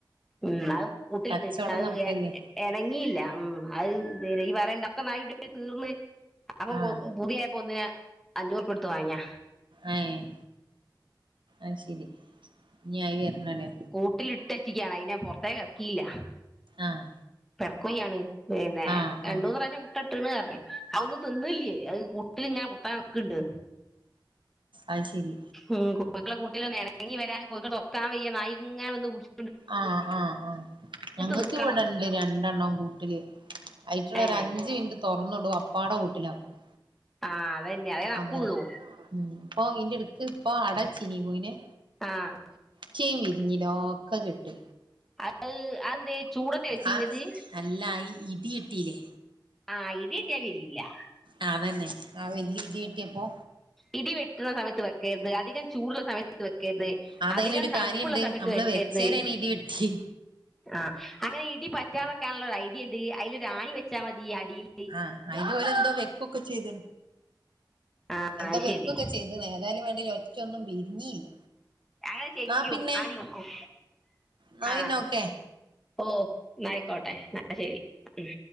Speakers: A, in the centre; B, on the right (about 75°).
A: ഉം ന്ന് അഹ് കൂട്ട്ല്ണ്ട്
B: കച്ചോടം
A: അഹ്
B: നടക്കല്ലേ
A: വെ എ എണങ്ങിയില്ല ഉം അഹ് ദേനെ ഈ വരണ്ട ഒക്കെ നായിടി ച്ച് തീർന്ന് അപ്പൊ
B: ആഹ്
A: കൊ പുതിയായപ്പോ ഒന്നിനെ അഞ്ഞൂറുപ്പ്യൊട്ത്ത് വാങ്യാ
B: അഹ് ഏഹ് അയ്ശരി ഇഞ് ആയി വെര്നം ല്ലേ
A: കൂട്ടിലിട്ടെച്ച്ക്ക്യാണ് അയ്നെ പൊർത്തക്ക് എർക്ക്യീല്ല
B: ആഹ്
A: പെട ക്കോഴി ആണ് പിന്നെ
B: ആഹ്
A: രണ്ടൂന്ന്
B: ആഹ്
A: പ്രാവശ്യം മുട്ട ഇട്ട്ക്ക്ണ് അർഞ്ഞ് അഹ് ഒന്നും തിന്നുല്ല്യേ അയ് കുട്ടിലിങ്ങനെ കുത്തനെ ന്ന്ക്ക്‌ണ്ട്
B: അയ് ശരി
A: ഉം കോഴിക്കളെ കൂട്ടിലെന്ന് എണങ്ങി വെരാന് കൊഴ്ക്കളെ തൊർക്കാം വെയ്യേ നായിങ്ങനെ വെന്ന് പുട്ച്
B: ആഹ് അഹ് ആഹ് ഞങ്ങക്ക്
A: നിക്കണം
B: ഇവടെണ്ട് രണ്ടെണ്ണം കൂ ട്ടില് അയ്റ്റളെ
A: ഏ
B: ഒരഞ്ച് മിൻറ്റ് തൊർന്ന്ടും അപ്പാടെ കൂട്ടിലാക്കും
A: ആ അതന്നെ അതേ നടക്കുള്ളൂ
B: അങ്ങനെ ഉം ഇപ്പൊ ഈ ന്റെട്ക്ക് ഇപ്പൊ അടവെച്ചീനി കോഴിനെ
A: ആഹ്
B: ച്ചിം വിരിഞ്ഞ്ല ഒക്ക കെട്ട്
A: അയ് ആയെന്തെ ചൂടത്തെ വെച്ചീനെത്
B: ആ അല്ല ഈ ഇടി വെട്ടീലെ
A: ആഹ് ഇടിയെട്ടിയ വിരിയുല്ലാ
B: ആഹ് അതന്നെ ആ വെല്ല്യെ ഇടി വെട്ടിയപ്പോ
A: ഇടി വെട്ട്ണ സമയത്ത് വെക്കെര്ത്, അധികം ചൂട്ള്ള സമയത്ത് വെക്കെര്ത്,
B: അതയിനൊരു
A: അധികം തണ്പ്പ്ള്ള
B: കാര്യണ്ട്
A: സമയത്ത്
B: നമ്മള്
A: വെക്കേര്ത്.
B: വെച്ചേരാണ് ഇടി വെട്ടി
A: ആഹ് അങ്ങനെ ഇടി പറ്റാതെക്കാൻള്ള ഒരു ഐഡിയ ഇണ്ട് അയ്ലൊരാണി വെച്ചാ മതി അടീല്.
B: ആ അയിന് ഓല് എന്തോ വെക്കൊക്കെ ചെയ്ത
A: ആ
B: എന്തോ
A: അത്
B: വെക്കൊക്കെ
A: ശരി
B: ചെയ്ത. ഇത് ഏ തായാ ലും വേണ്ടീ ല ഒറ്റൊന്നും വിരിഞ്ഞില്ല.
A: അങ്ങനെ ചെയ്യും
B: ന്നാ പിന്നെ
A: ആണി വെക്കും
B: ന്നാ
A: ആഹ്.
B: പിന്നെ ഓക്കെ
A: ഓ ന്നയിക്കോട്ടെ ആ ശരി ഉം.